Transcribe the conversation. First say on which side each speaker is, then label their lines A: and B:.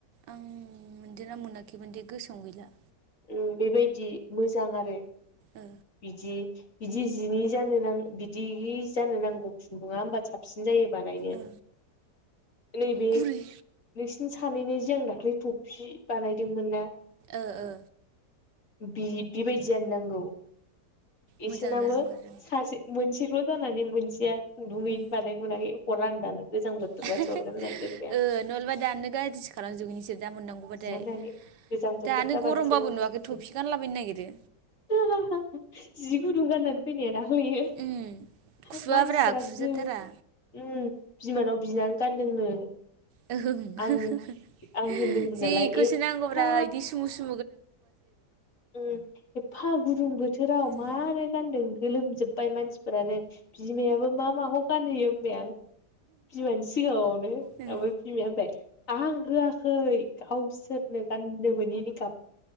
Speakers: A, on the right; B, on the left.
A: आं मोनदों ना मोनाखैमोन दे गोसोआवनो गैला।
B: ओ बेबायदि मोजां आरो
A: ओ
B: बिदि बिदि जिनि जानो बिदि जानो नांगौ खुन्दुङा होमबा साबसिन जायो। बानायनो
A: ओ
B: नै बे
A: गुरै
B: नोंसिनिस सानैनो जों दाख्लै थफि बानायदोंमोन ना।
A: ओ ओ।
B: बे बेबायदि जानो नांगौ।
A: मोजां
B: इसोनाबो
A: जानांगौ आरो
B: सासे मोनसेल' जानानै मोनसेया खुन्दुङैनो
A: उम
B: बानाय मोनाखै हरा आं दानो गोजां बोथोरबासो
A: <unintelligible>
B: हरगोन होननानै दोनबाय
A: ओ नलबा दानो गाज्रिसो खालामजोबगोन इसोर दा मोननांगौबाथाय।
B: नानै गोजां बोथोर
A: दानो
B: जाबासो
A: गरमबाबो
B: हरसै
A: नुवाखै थफि गानलाबायनो नागिरो
B: <unintelligible> जि गुदुं गाननानै फैनाया दाख्लै यो
A: उम खुवाब्रा
B: मानसिफोरा
A: खुजाथारा
B: गो ओम बिमानाव बिनानै गानदोंनो।
A: <unintelligible>
B: आं आं होनदोंमोन
A: जि
B: नालाय
A: इखौसो
B: एफा
A: नांगौब्रा इदि सुमु सु
B: उम एफा गुदुं बोथोराव
A: उम
B: मारै गानदों। गोलोमजोबबाय मानसिफोरानो बिमायाबो मा माखौ गानहोयो होनबाय आं। बिमानि सिगाङावनो
A: उम
B: ओमफ्राय बिमाया होनबाय आं होआखै गावसोरनो गाननो मोननिनि गाब